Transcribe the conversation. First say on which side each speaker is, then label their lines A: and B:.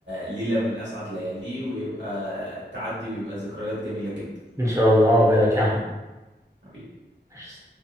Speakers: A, on the right; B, on the right.
A: ليلة من اسعد لياليه ويبقى تعدي ويبقى ذكريات جميلة جدا
B: ان شاء الله عقبالك يا عم
A: حبيبي
B: ماشي.